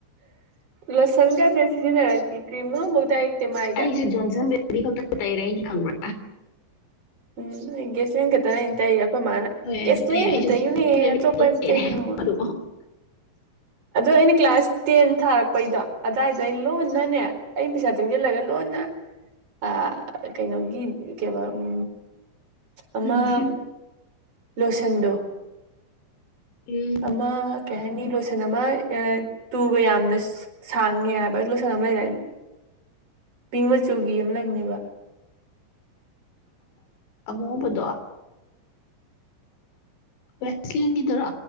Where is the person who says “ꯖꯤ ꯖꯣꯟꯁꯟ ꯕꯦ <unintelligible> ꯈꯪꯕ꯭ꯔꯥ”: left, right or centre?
Left